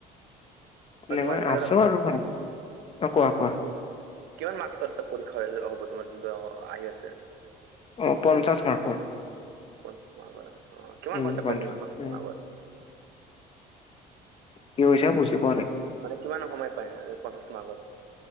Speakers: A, on the left; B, on the right.
A: তেনেকৈ
B: তোমাৰ যোনবিলাক
A: আছো আৰু ভাল অ কোৱা
B: কিমান
A: কোৱা
B: মাৰ্কছ পৰীক্ষা হ'ব তোমাৰ যোনটো আহি আছে।
A: অ' পঞ্চাছ মাৰ্কৰ।
B: পঞ্চাছ মাৰ্কৰ। অ কিমান
A: উম,
B: ঘণ্টা
A: পঞ্চাছ
B: পায় তুমি পঞ্চাশ
A: উ
B: মাৰ্কত?
A: কি হৈছে বুজি পোৱা নাই।
B: মানে কিমান সময় পায় পঞ্চাছ মাৰ্কত।